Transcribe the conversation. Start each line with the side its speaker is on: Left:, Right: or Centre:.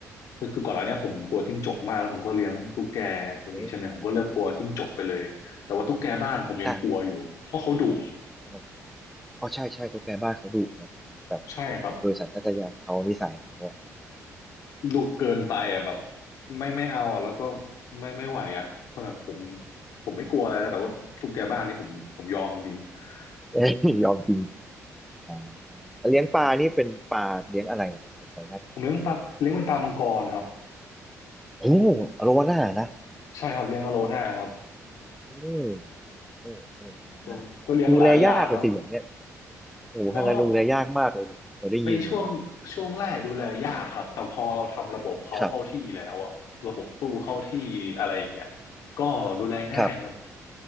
Left: คือคือก่อนหน้าเนี้ยผมกลัวจิ้งจกมากแล้วผมก็เลี้ยงตุ๊กแกตัวนี้ใช่ไหมผมก็เลิกกลัวจิ้งจกไปเลยแต่ว่าตุ๊กแกบ้านผมยังกลัวอยู่เพราะเขาดุ
Centre: <laughs> อืมโอ้อ่ะครับผมอ๋อใช่ใช่ตุ๊กแกบ้านเขาดุเนาะแบบ
Left: ใช่ครับ
Centre: โดยสัญชาตญาณเขานิสัยเขาอ่ะ
Left: ดุเกินไปอ่ะแบบ
Centre: <laughs> อืม
Left: ไม่ไม่เอาอ่ะแล้วก็ไม่ไม่ไหวอ่ะเพราะแบบผมผมไม่กลัวอะไรนะแต่ว่าตุ๊กแกบ้านนี่ผมผมยอมจริงๆ
Centre: เอ้ยยอมกินอ่าแล้วเลี้ยงปลานี่เป็นปลาเลี้ยงอะไรล่ะผมขออนุญาตถาม
Left: <laughs> ผมเลี้ยงปลาเลี้ยงเป็นปลามังกรครับ
Centre: โอ้อโลวาน่านะ
Left: ใช่ครับเลี้ยงอโลน่าครับ
Centre: อืม เออเออนะ
Left: ก็ก็เลี้ยงหลายอย่างครับ
Centre: ดูแลยากเลยสิอย่างเงี้ยโอ้โหทางการดูแลยากมากเลยเราได้ยินมา
Left: ก็ในช่วงช่วงแรกดูแลยากครับแต่พอเราทำระบบเขาเข้าที่แล้วอ่ะระบบตู้เข้าที่อะไรอย่างเงี้ย
Centre: ครับ
Left: ก็ดูแลง่ายครับ
Centre: ครับ